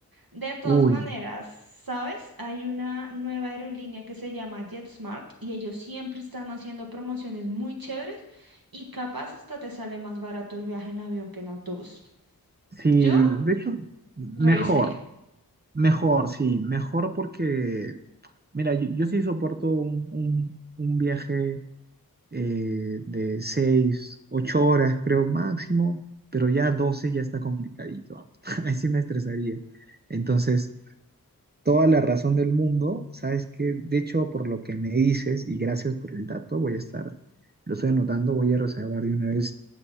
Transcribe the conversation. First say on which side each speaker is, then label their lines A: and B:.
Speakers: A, on the right; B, on the right.
A: De todas
B: Uy,
A: maneras, ¿sabes? Hay una nueva aerolínea que se llama JetSmart y ellos siempre están haciendo promociones muy chéveres y capaz hasta te sale más barato el viaje en avión que en autobús.
B: sí,
A: Yo
B: de hecho, mejor,
A: revisaría.
B: mejor, sí, mejor porque, mira, yo, yo sí soporto un, un- un viaje eh, de seis, ocho horas, creo, máximo, pero ya 12 ya está complicadito. ah. <laughs> Ahí sí me estresaría. Entonces, toda la razón del mundo, sabes que, de hecho, por lo que me dices, y gracias por el dato, voy a estar, lo estoy anotando, voy a reservar de una vez